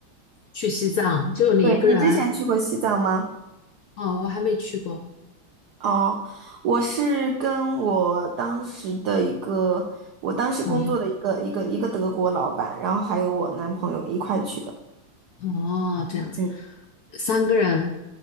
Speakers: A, on the left; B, on the right.
A: 去西藏，就你一个人？
B: 对，你之前去过西藏吗？
A: 哦，我还没去过，
B: 哦，我是跟我当时的一个，我当时工作的一个一个一个德国老板，
A: 朋友。
B: 然后还有我男朋友一块去的，
A: 哦，这样子，
B: 嗯
A: 三个人，